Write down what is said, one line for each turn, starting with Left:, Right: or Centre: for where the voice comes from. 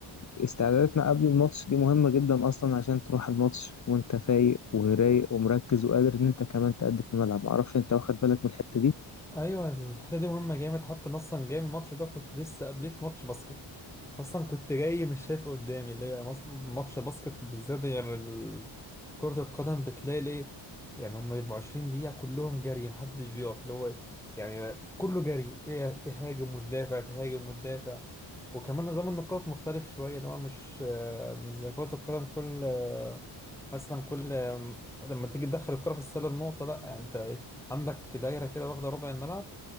Left: استعداداتنا قبل الماتش دي مهمة جدا أصلا عشان تروح الماتش وأنت فايق ورايق ومركز وقادر إن أنت كمان تأدي في الملعب معرفش أنت واخد بالك من الحتة دي
Centre: ايوه الحته دي مهمه جامد حتى أنا اصلا جاي من الماتش ده كنت لسه قبليه في ماتش باسكت اصلا كنت جاي مش شايف قدامي اللي هي مص- ماتش باسكت بالذات غير ال- كره القدم بتلاقي الايه يعني هم بيبقوا 20 دقيقه كلهم جري محدش بيقف اللي هو يعني كله جري إيه، تهاجم وتدافع تهاجم وتدافع وكمان نظام النقاط مختلف شويه اللي هو مش آه، مش زي كره القدم كل آه، مثلا كل آه، لما تيجي تدخل الكره في السله بنقطه لا يعني انت عندك دايرة كده واخدة ربع الملعب